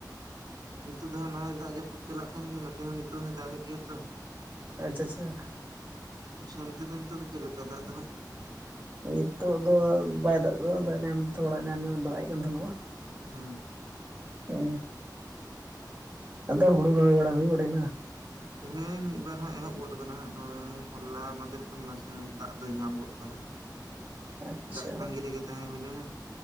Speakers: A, on the right; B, on the right.
A: ᱱᱤᱛᱚᱜ ᱫᱚᱦ ᱦᱟᱜ ᱱᱚᱜ-ᱚᱭ ᱫᱟᱜ ᱡᱟᱹᱯᱩᱫ ᱪᱟᱞᱟᱜ ᱠᱟᱱ ᱜᱮᱭᱟ ᱱᱚᱛᱮ ᱦᱚᱸ ᱱᱤᱛᱚᱜ ᱦᱚᱸᱭ ᱫᱟᱜ ᱮᱫ ᱜᱮᱭᱟ ᱛᱚ
B: ᱟᱪᱪᱷᱟ ᱟᱪᱪᱷᱟ
A: ᱟᱪᱪᱷᱟ ᱚᱱᱛᱮ ᱫᱚ ᱱᱤᱛᱚᱜ ᱫᱚ ᱪᱮᱫ ᱞᱮᱠᱟ ᱫᱟᱜ ᱫᱚ ᱦᱟᱜ
B: ᱱᱤᱛᱚᱜ ᱫᱚ ᱵᱟᱭ ᱫᱟᱜ ᱫᱟ ᱮᱱᱟᱝ ᱛᱷᱚᱲᱟ ᱮᱱᱟᱝ ᱧᱚᱜ ᱫᱟᱜ ᱮᱫ ᱠᱟᱱ ᱛᱟᱦᱮᱸᱱᱟ
A: ᱦᱮᱸ
B: ᱚ ᱟᱫᱚ ᱦᱩᱲᱩ ᱨᱚᱦᱚᱭ ᱵᱟᱲᱟ ᱦᱩᱭ ᱜᱚᱱ ᱮᱱᱟ
A: ᱦᱮᱸ ᱢᱤᱫ ᱵᱟᱨ ᱦᱟᱸᱜ ᱮᱦᱚᱵ ᱜᱚᱫ ᱟᱠᱟᱱᱟ ᱱᱚᱜᱚᱭ ᱦᱚᱞᱟ ᱢᱟᱫᱷᱮᱨ ᱠᱷᱚᱱ ᱱᱟᱥᱮ ᱱᱟᱜ ᱫᱟᱜ ᱫᱚᱭ ᱧᱟᱢ ᱜᱚᱫ ᱟᱠᱟᱫᱟᱭ
B: ᱟᱪᱪᱷᱟ
A: ᱫᱟᱜ ᱴᱟᱺᱜᱤ ᱨᱮᱜᱮ ᱛᱟᱦᱮᱸ ᱦᱩᱭ ᱞᱮᱱᱟ